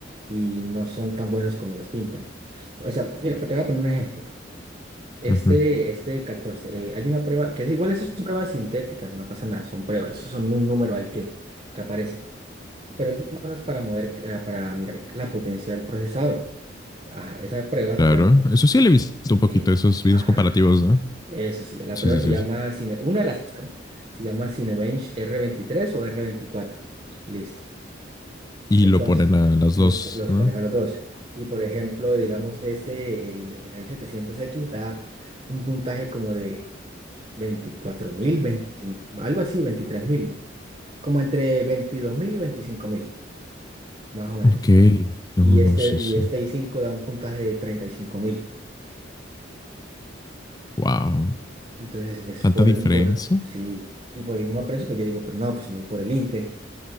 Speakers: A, on the right; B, on the left.
A: y no son tan buenos como los pintan. O sea, mira, te voy a poner un ejemplo. Este,
B: ujú,
A: este 14, eh, hay una prueba que es igual, esas son pruebas sintéticas, no pasa nada, son pruebas, eso son un número ahí que, que aparece pero es más o menos para, mover, eh, para mirar la potencia del procesador. Ajá, esa prueba
B: Claro.
A: se llama...
B: Eso sí, le he visto un poquito
A: Sí,
B: esos videos
A: ajá,
B: comparativos, ¿no?
A: eso sí, la
B: Sí,
A: prueba
B: sí,
A: se
B: sí,
A: llama...
B: sí.
A: Cine- una de las pruebas se llama Cinebench R23 o R24. Listo.
B: Y
A: Entonces,
B: lo ponen a las
A: los,
B: dos,
A: po- los
B: ¿no?
A: ponen a los dos. Y por ejemplo, digamos, este, el, el R700X da un puntaje como de 24.000 25 algo así, veintitrés mil como entre 22.000 y 25.000 más o menos
B: Ok. No,
A: y este,
B: no, sí,
A: y
B: sí.
A: este i5 da un puntaje de treinta y cinco mil.
B: Wow.
A: Entonces, pues
B: ¿Tanta
A: por
B: diferencia?
A: el, por, sí, y por el mismo precio, pues yo digo, pues no, pues me voy por el Intel.